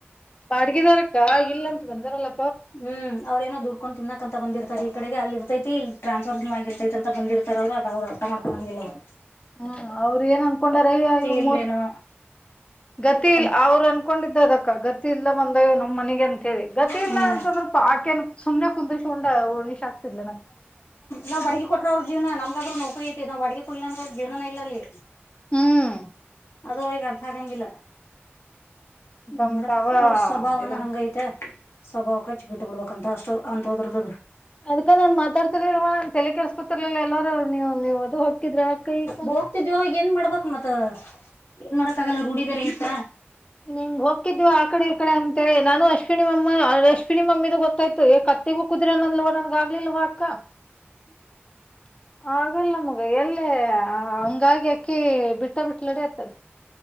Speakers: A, on the left; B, on the left.
A: ಬಾಡ್ಗಿದಾರಕ್ಕ ಇಲ್ಲ ಅಂತ ಬಂದಾರಲ್ಲ
B: ಹ್ಮ್ ಅವ್ರೇಏನೋ ದುಡ್ಡು ಇಕೊಂಡ್ ತಿನ್ನಾಕ್ಂತ ಬಂದಿರ್ತಾರೆ ಈ ಕಡೆಗೆ ಅಲ್ಲಿ ಇರುತೈತಿ ಟ್ರಾನ್ಸ್ರ್ ಆಗಿರ್ತೈತ ಅ ಬಂದಿರ್ತಾರ ಅವರುದ್ರು ಅರ್ಥ ಮಾಡ್ಕೋಂಗಿಲ್ಲ ಅವರು
A: ಹ್ಮ್ ಅವರು ಏನ್ ಅನ್ಕೊಂಡಾರಯ್ಯ ಇ
B: ಇಲ್ಲೇನೋ
A: ಮೂರ್ ಗತಿ ಇಲ್
B: ಅಂತ
A: ಅವ್ರು ಅನ್ಕೊಂಡಿದ್ದ ಅದಕ್ಕ ಗತಿ ಇಲ್ಲ ಒಂದಯ ನಮ್ಮ್ ಮನಗ್ ಹಾಗ ಅಂತ ಹೇಳಿ ಗತಿ ಇಲ್ಲ
B: ಹ್ಮ್
A: ಅಂತಂದ್ರ ಆಕೆನ ಸುಮ್ಮನೆ ಕುಂತ ಶಕೊಂಡ ಉರ್ಣಿಶ್ ಆಗ್ತಿಲ್ಲ
B: ನಾ ಬರೆಗೆ ಕೋಟಿ ಅವ್ರ ಜೀವನ ನಮ್ಗಾದ್ರೂ ನೌಕರಿ ಐತಿ ನಾವ್ ಅಡ್ಗೆ ಕುಳ್ಳ ಅಂದ್ರ ಅವ್ರ ಜೀವನ ಇಲ್ಲ ಅಲ್ಲಿ
A: ಹ್ಮ್
B: ಅದು ಈಗ ಅರ್ಥಾಗಂಗಿಲ್ಲ ಹ್ಮ್
A: ತಮ್
B: ಮಡಕ್
A: ತಾವ
B: ಅವ್ರ ಸ್ವಭಾವನ
A: ಇದನ್
B: ಹಂಗೈತೆ ಸ್ವಭಾವಕ್ಕ ಹಚ್ಚಿ ಬಿಟ್ಟು ಬಿಡ್ಬೇಕಂತ ಅಷ್ಟ ಅಂತ ಹಂತದ್ರದ
A: ಅದ್ಕ ನಾನ್ ಮಾತಾಡ್ತಿರ್ಲ್ವಾ ತಲೆ ಕೆೇಸ್ಕೊತಿರ್ಲಿಲ್ಲ ಎಲ್ಲಾರೂ ನೀವು ನೀವ ಅದು ಹಕಿದ್ರೆ ಅಕ ಈಕ
B: ಹೋಗ್ತಿದವ ಏನ್ ಮಾಡ್ಬೇಕಕ್ ಮತ್ ಏನ್ ಮಾಡ್ಕ್ ಆಗಲ್ಲ ರೂಢಿ ಬೇರೆ ಐತ
A: ನಿಂಗ ಹೋಗಿದ್ವ ಆ ಕಡೆ ಈ ಕಡೆ ಅಂತೇಳಿ ನಾನು ಅಶ್ವಿನಿ ಮ ರಶ್ಮಿನಿ ಮಮ್ಮೀದ ಗೊತ್ತಾಯ್ತು ಏ ಕತ್ತಿಗೂ ಕುದಿರಿ ಅನಂದ್ಲವ ನನಗ ಆಗ್ಲಿಲ್ಲವ ಅಕ್ಕ------ಆಗ್ಲಿಲ್ಲಮಗ ಎಲ್ಲಿ ಹಂಗಾಗಿ ಅಕ್ಕಿ ಬಿಟ್ಟ ಬಿಟ್ಲಡೀ ಅತ್ತಗ